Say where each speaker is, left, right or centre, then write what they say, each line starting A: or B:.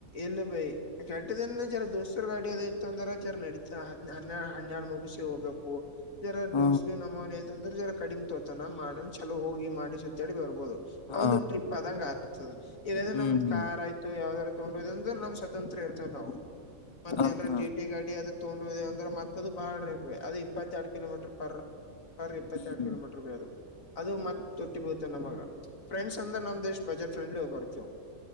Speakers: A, on the left; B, on the left.
A: ಎಲ್ಲ ಬೈ ಕೆಟ್ಟದ ಜರ ದೋಸ್ರು ಗಾಡಿ ಅದ ಇತ್ತು ಅಂದ್ರ ಜರ ನಡತ. ಹನ್ನೆರಡು ಹನ್ನೆರಡು ಮುಗುಿಸಿ ಹೋಗ್ಬೇಕು. ಜರ
B: ಹ
A: ಡೋಸ್ ಬಿ ನಮೋನ್ ಐ್ ಅಂದ್ರ ಜರ ಕಡಿಮೆ ತತಾನ ಮಾಡ ಚಲ ಹೋಗಿ ಮಾಡಿ ಸುತ್ತಾಡಿ ಬರ್ಬೋದು.
B: ಹ
A: ಒಂದು ಟ್ರಿಪ್ ಆದಂಗ ಆಗ್ತದ ಈಗ್ರೆ
B: ಹ್ಮ್
A: ನಮ್ದ್
B: ಹ್ಮ್
A: ಕಾರ್ ಆಯ್ತು. ಯಾವ್ದದಾರ ತೊೊಂಡೋದಂದ್ರ ನಮ್ ಸ್ವತಂತ್ರ ಇರ್ತೇ ನಾವು ಮತ್ತೇಏನರ
B: ಹ ಹ
A: ಟ ಟಿ ಗಾಡಿ ಅದ. ತಗೊಂಡುದದೆ ಅಂದ್ರೆ ಮತ್ತದದು ಬಾಳ ಇರ್ ಅದು ಇಪ್ಪತ್ತ ಎರಡ್ ಕಿಲೋಮೀಟರ್ ಪರ್. ಅರಿ ಇಪ್ಪತ್ತೆರಡು
B: ಹ್ಮ್
A: ಕಿಲೋಮೀಟರ್ ಬೈ ಅದು. ಅದು ಮತ್ ತೊಟ್ಟಿ ಬೀತ ನಮಗ ಫ್ರೆಂಡ್ಸ್ ಅಂದ್ರ ನಮ್ ದೇಶ್ ಬಜೆಟ್ ಫ್ರೆಂಡ್ಲಿ ಹೋಗ್ ಬರ್ತವ.